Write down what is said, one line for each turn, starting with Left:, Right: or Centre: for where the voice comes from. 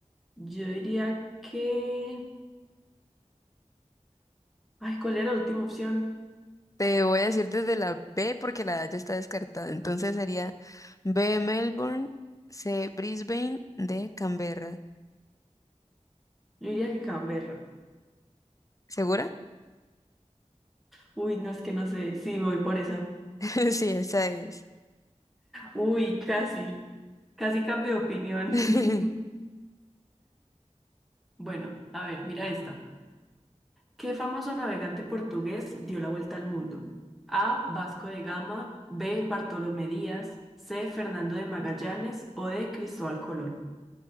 Centre: yo diría que... Ay, ¿cuál era la última opción?
Left: Te voy a decir desde la B porque la A ya está descartada. Entonces sería B. Melbourne. C. Brisbane. D. Canberra.
Centre: Yo diría que Canberra.
Left: ¿Segura?
Centre: Uy, no es que no sé. Sí, me voy por esa.
Left: <laughs> Sí, esa es.
Centre: Uy, casi. Casi cambio de opinión.
Left: <laughs>
Centre: <laughs> Bueno, a ver, mira esta. ¿Qué famoso navegante portugués dio la vuelta al mundo? A. Vasco de Gama. B. Bartolomé Díaz. C. Fernando de Magallanes. O D. Cristóbal Colón.